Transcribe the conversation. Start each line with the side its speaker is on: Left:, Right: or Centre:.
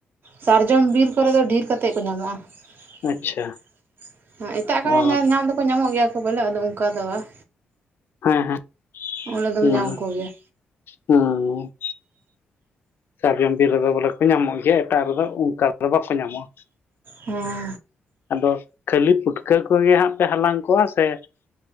Right: ᱥᱟᱨᱡᱚᱢ ᱵᱤᱨ ᱠᱚᱨᱮ ᱫᱚ ᱰᱷᱤᱨ ᱠᱟᱛᱮ ᱠᱚ ᱧᱟᱢᱚᱜᱼᱟ᱾
Left: ᱟᱪᱪᱷᱟ
Right: ᱮᱴᱟᱜ
Left: ᱚ
Right: ᱠᱚᱨᱮ ᱦᱚᱸᱧᱟᱢ ᱫᱚᱠᱚ ᱧᱟᱢᱚᱜ ᱜᱮᱭᱟ ᱵᱚᱞᱮ ᱟᱫᱚ ᱚᱱᱠᱟ ᱫᱚ ᱵᱟᱜ
Left: ᱦᱮᱸ ᱦᱮᱸ
Right: ᱚᱰᱮ ᱫᱚ ᱫᱚᱢ
Left: ᱦᱩᱸ
Right: ᱧᱟᱢ ᱠᱚᱜᱮᱭᱟ᱾
Left: ᱦᱩᱸ ᱥᱟᱨᱡᱚᱢ ᱵᱤᱨ ᱨᱮᱫᱚ ᱵᱚᱞᱮ ᱠᱚ ᱧᱟᱢᱚᱜ ᱜᱮᱭᱟ ᱮᱴᱟᱜ ᱨᱮᱫᱚ ᱚᱱᱠᱟᱫᱚ ᱵᱟᱠᱚ ᱧᱟᱢᱚᱜᱼᱟ᱾
Right: ᱦᱚᱸ
Left: ᱟᱫᱚ ᱠᱷᱟᱹᱞᱤ ᱯᱩᱴᱠᱟᱹ ᱠᱚᱜᱮ ᱦᱟᱸᱜ ᱯᱮ ᱦᱟᱞᱟᱝ ᱠᱚᱣᱟ ᱥᱮ